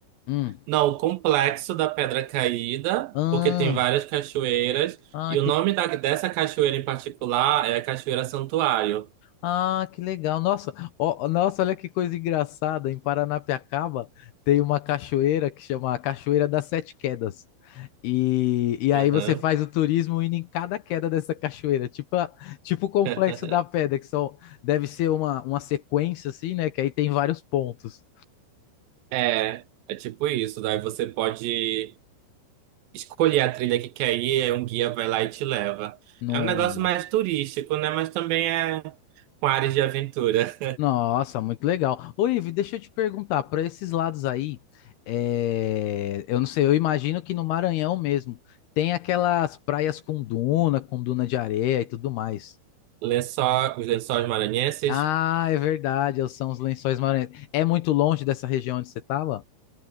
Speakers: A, on the left (about 75°); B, on the right (about 85°).
A: Hum.
B: Não, o complexo da Pedra Caída,
A: Ah,
B: porque tem várias cachoeiras.
A: ah,
B: E o
A: que,
B: nome da, dessa cachoeira em particular é a Cachoeira Santuário.
A: ah, que legal. Nossa, ó, nossa, olha que coisa engraçada. Em Paranapiacaba tem uma cachoeira que chama Cachoeira das Sete Quedas. E, e aí
B: Aham.
A: você faz o turismo indo em cada queda dessa cachoeira, tipo, a- tipo o Complexo
B: <laughs>
A: da Pedra, que são, deve ser uma, uma sequência assim, né? Que aí tem vários pontos.
B: É, é tipo isso. Daí você pode escolher a trilha que quer ir, aí um guia vai lá e te leva.
A: Nossa.
B: É um negócio mais turístico, né? Mas também é com áreas de aventura.
A: Nossa, muito legal. Ô, Ivi, deixa eu te perguntar, para esses lados aí, é, eu não sei, eu imagino que no Maranhão mesmo tem aquelas praias com duna, com duna de areia e tudo mais.
B: <laughs> Lençóis, os Lençóis Maranhenses?
A: Ah, é verdade, são os Lençóis Maranhenses. É muito longe dessa região onde você tava?